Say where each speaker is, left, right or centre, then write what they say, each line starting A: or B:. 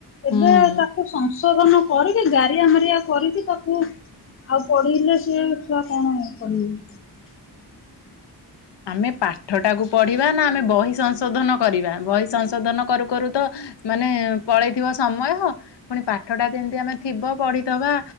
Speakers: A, on the left (about 35°); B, on the left (about 80°).
A: ଏବେ
B: ହୁଁ।
A: ତାକୁ ସଂଶୋଧନ। କରିକି ଗାରିଆ ମାରିଆ କରିକି ତାକୁ। ଆଉ ପଢିଲେ ସିଏ ଛୁଆ କଣ ପଢିବ।
B: ଆମେ ପାଠ ଟାକୁ ପଢିବା ନା ଆମେ ବହି ସଂଶୋଧନ କରିବା ବହି ସଂଶୋଧନ କରୁ କରୁ ତ। ମାନେ ପଳେଇଥିବ ସମୟ ପୁଣି ପାଠଟା ଯେମିତି ଆମେ ଥିବ ପଢିଦବା।